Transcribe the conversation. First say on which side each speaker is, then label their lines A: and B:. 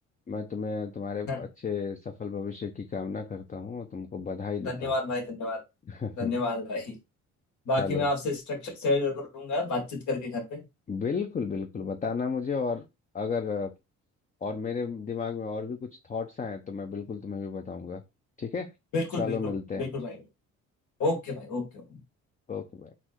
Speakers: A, on the left (about 25°); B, on the left (about 70°).
A: मैं तुम्हें तुम्हारे
B: हाँ,
A: अच्छे सफल भविष्य की कामना करता हूँ और तुमको बधाई
B: धन्यवाद
A: देता
B: भाई धन्यवाद
A: हूँ
B: धन्यवाद
A: <laughs>
B: भाई बाकी
A: चलो
B: मैं आपसे स्ट्रक्चर शेयर करूंगा बातचीत करके घर पे
A: बिल्कुल बिल्कुल बताना मुझे और अगर और मेरे दिमाग में और भी कुछ थॉट्स आए तो मैं बिल्कुल तुम्हें भी बताऊंगा ठीक है
B: बिल्कुल
A: चलो
B: बिल्कुल
A: मिलते
B: बिल्कुल
A: हैं
B: भाई ओके भाई ओके
A: Okay bye